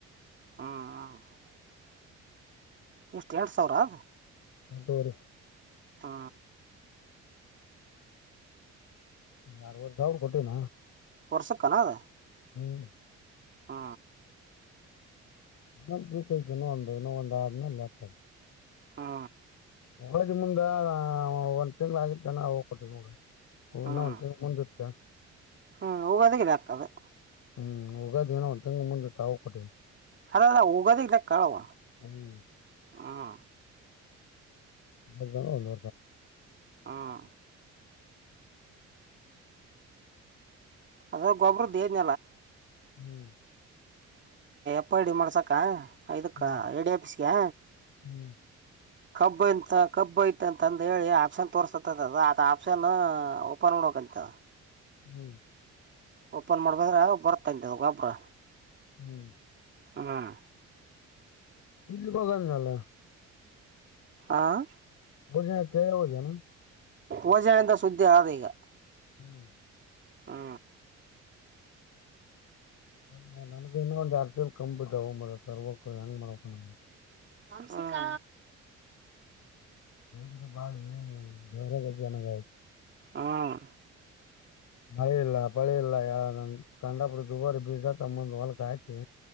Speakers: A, on the right; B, on the left.
A: ಹ್ಮ್ ಹ ಎಷ್ಟು ಎಂಟ ಸಾವಿರ ಅದ
B: <unintelligible>
A: ಹ್ಮ
B: ಯಾರವರ್ದ ಅವ್ರ ಕೊಟ್ಟಿನ
A: ವರ್ಷ ಕಣ ಅದ
B: ಹ್ಮ್
A: ಹ್ಮ
B: ನ ಕನ ಒಂದು ಇನ್ನು ಒಂದು ಆರ್ನಕ್ಕ
A: ಹ್ಮ
B: ಒಳದ ಮುಂದ ಒಂದ್ ತಿಂಗ್ ಆಗತ್ತು ಜನ ಹೋಗ್ ಕೊಟ್ಟಿ ನೋಡ ಹ
A: ಹ್ಮ್
B: ನ ಒ ಮುಂದಿರ್ತ
A: ಹ್ಮ್ ಊಗದ ಗಲ ಆಕದು
B: ಹ್ಮ್ ಹೋಗಾದೇನೋ ಒ ತಿಂಗ್ ಮುಂದೆ ತಾವು ಕೊಟ್ಟಿ
A: ಅದದ ಹೋಗದ ಇ ಕಳುವ
B: ಹ್ಮ್
A: ಹ್ಮ್
B: ಬ ಒಂದು
A: ಹ್ಮ ಅದ ಗೊಬ್ಬರದ ದೇಲ
B: ಹ್ಮ್
A: ಪಪ್ಪ ಡಿ ಮಾಡ್ಸಾಕ ಇದಕ್ಕೆ
B: ಹ್ಮ್
A: ಐ ಡಿ ಆಫೀಸ್ಗೆ
B: ಹ್ಮ್
A: ಕಬ್ ಎಂತ ಕಬ್ಬ ಐತ್ ಅಂತಂದ ಹೇಳಿ ಆಪ್ಷನ್ ತೋರ್ಸದದು ಅ ಆಪ್ಷನ್ ಓಪನ್ ಮಾಡ ಅಂತ
B: ಹ್ಮ್
A: ಓಪನ್ ಮಾಡ್ಬದ್ರೆ ಬರ್ತಾಂತ ಗಬರ
B: ಹ್ಮ್
A: ಹ್ಮ್
B: ಇಲ್ಲಿ ಬಗಾರಿನಲ್ಲ
A: ಆ
B: <unintelligible>
A: ಭೂಜನಿಂದ ಸುದ್ದಿ ಆದ ಈಗ
B: ಹ್ಮ್
A: ಹ್ಮ
B: ಹ ನನ ಇನ್ನ ಒಂದು ಆ ಕಂಬು ತ ಮ ತರ್ಂಗ ಮರಕ ನಗೆ
A: ನಮಸ್ಕಾರ
B: ಹ್ರ ಬಳ ದೇವಸ <unintelligible>
A: ಹ್ಮ್
B: ಬಳಿ ಇಲ್ಲ ಪಳಿ ಇಲ್ಲ ಯ ಕಾಂಡಾಪುರ ದುಬಾರಿ ಬೀಜ ತಗೋಬಂದು ಹೊಲ್ಕ ಆಯ್ಕೆ